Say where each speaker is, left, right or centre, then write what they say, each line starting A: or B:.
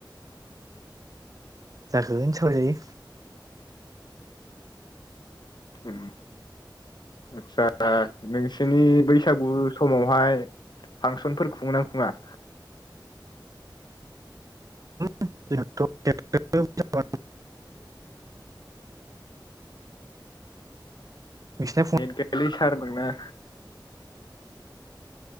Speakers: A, on the right (about 45°); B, on the left (about 60°).
A: जागोन सावरायजायो।
B: ओम आतसा नोंसिनि बैसागु समावहाय फांसनफोर खुङो ना खुङा?
A: <inaudible> नोंसिना फुङाव
B: एद गेथलि सारमोनोंना